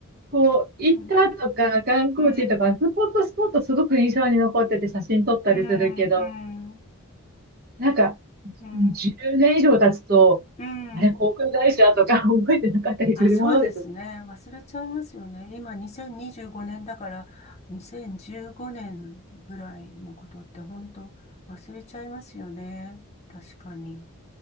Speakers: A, on the right; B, on the left.
A: こう、行ったとか、
B: うん。
A: 観光地とか、
B: うん
A: スポットスポットすごく印象に残ってて写真撮ったりするけど、
B: うん、うん、
A: なんか、
B: うん、
A: 10年以上経つと、
B: うん。
A: あれ、航空会社とか <laughs> 覚えてなかったりするものです
B: あ、そうですね。忘れちゃいますよね。今、2025年だから、2015年ぐらいのことって本当忘れちゃいますよね。確かに。